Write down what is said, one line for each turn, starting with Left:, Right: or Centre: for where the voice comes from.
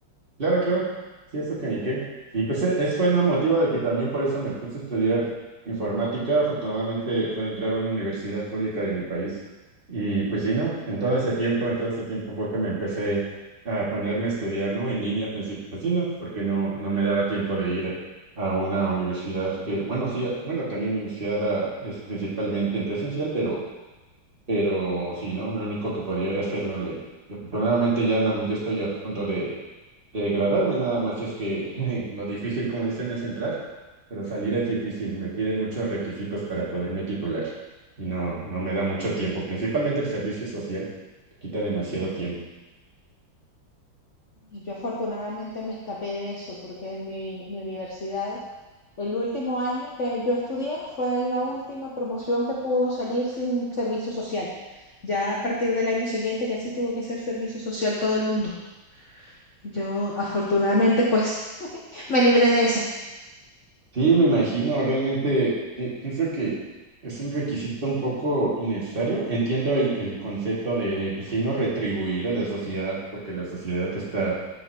Right: Claro, claro. Sí, eso que ni qué. Y pues e- es fue un motivo de que también por eso me puse a estudiar informática. Afortunadamente pude entrar a una universidad pública de mi país. Y pues sí, ¿no? En todo ese tiempo, en todo ese tiempo fue que me empecé a ponerme a estudiar, ¿no? En línea, al principio. Pues sí, ¿no? Porque no, no me daba tiempo de ir a una universidad que, bueno, sí, bueno, también mi universidad ah, es principalmente en presencial, pero, pero sí, ¿no? Lo único que podía era hacerlo online. Y afortunadamente ya, nam- ya estoy a punto de Degradarme nada más es que <laughs> lo difícil, como dicen, es entrar, pero salir es difícil. Me piden muchos requisitos para poderme titular y no, no me da mucho tiempo. Principalmente el servicio social te quita demasiado tiempo.
Left: Y yo afortunadamente me escapé de eso porque en mi, mi universidad El último año que yo estudié fue la última promoción que pudo salir sin servicio social. Ya a partir del año siguiente ya sí tuvo que ser servicio social todo el mundo. Yo afortunadamente pues me libré de esa.
Right: Sí, me imagino, realmente eh, pienso que es un requisito un poco innecesario. Entiendo el, el concepto de, de pues, sí, no retribuir a la sociedad porque la sociedad está,